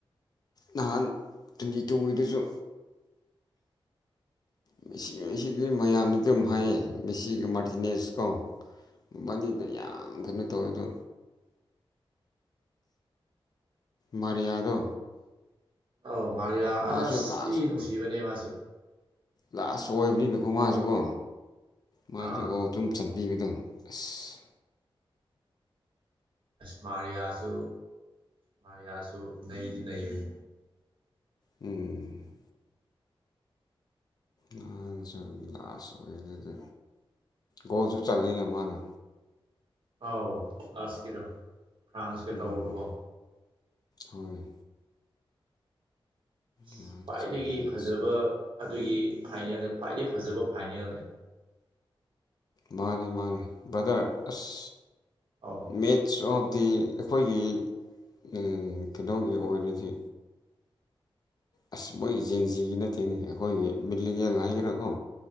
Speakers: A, on the left; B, on the right.
A: ꯅꯍꯥꯟ ꯇ꯭ꯋꯦꯟꯇꯤ ꯇꯨꯒꯤꯗꯨꯁꯨ ꯃꯦꯁꯤ ꯃꯦꯁꯤꯁꯤꯗꯤ ꯃꯌꯥꯝꯅ ꯑꯗꯨꯝ ꯍꯥꯏꯌꯦ ꯃꯦꯁꯤꯒꯤ ꯃꯥꯔꯇꯤꯅꯦꯁ ꯀꯣ ꯕꯥꯅꯤꯗ ꯌꯥꯝ ꯀꯩꯅꯣ ꯇꯧꯋꯦ ꯑꯗꯣ ꯃꯔꯤꯌꯥꯗꯣ
B: ꯑꯧ ꯃꯥꯔꯤꯌꯥ
A: ꯃꯥꯁꯨ
B: ꯑꯁ
A: ꯂꯥꯁ
B: ꯊꯤ ꯅꯨꯡꯁꯤꯕꯅꯦ ꯃꯥꯁꯨ
A: ꯂꯥꯁ ꯑꯣꯏꯕꯅꯤꯅꯀꯣ ꯃꯥꯁꯨꯀꯣ ꯃꯥꯅꯁꯨ
B: ꯑꯥ
A: ꯒꯣꯜ ꯑꯗꯨꯝ ꯆꯟ ꯄꯤꯕꯗꯣ ꯑꯁ
B: ꯑꯦꯁ ꯃꯥꯔꯤꯌꯥꯁꯨ ꯃꯥꯔꯤꯌꯥꯁꯨ ꯅꯩꯗꯤ ꯅꯩꯕꯅꯤ
A: ꯎꯝ ꯃꯥꯅꯁꯨ ꯂꯥꯁ ꯑꯣꯢꯕꯖꯤꯗ ꯒꯣꯜꯁꯨ ꯆꯂꯦꯅ ꯃꯥꯅ
B: ꯑꯥꯎ ꯂꯥꯁꯀꯤꯗꯣ ꯐ꯭ꯔꯥꯟꯁꯀ
A: ꯎꯝ
B: ꯇꯧꯕꯗꯣꯀꯣ
A: ꯍꯣꯏ
B: ꯑꯁ
A: ꯃꯥꯅ
B: ꯈ꯭ꯋꯥꯏꯗꯒꯤ
A: ꯁꯥꯟꯅꯖꯩꯁꯦ
B: ꯐꯖꯕ ꯑꯗꯨꯒꯤ ꯐꯥꯏꯅꯦꯜꯗ ꯈ꯭ꯋꯥꯏꯗꯒꯤ ꯐꯖꯕ ꯐꯥꯏꯅꯦꯜꯅꯦ
A: ꯃꯥꯅꯦ ꯃꯥꯅꯦ ꯕ꯭ꯔꯗꯔ ꯑꯁ
B: ꯑꯧ
A: ꯃꯦꯠꯆ ꯑꯣꯐ ꯗꯤ ꯑꯩꯈꯣꯏꯒꯤ ꯎꯝ ꯀꯩꯅꯣꯒꯤ ꯑꯣꯏꯔꯗꯤ ꯑꯁ ꯃꯣꯏꯒꯤ ꯖꯦꯟꯖꯤꯒꯤ ꯅꯠꯇꯦꯅꯦ ꯑꯩꯈꯣꯏꯒꯤ ꯃꯤꯂꯤꯅꯤꯌꯦꯜ ꯍꯥꯏꯒꯦꯔꯥꯀꯣ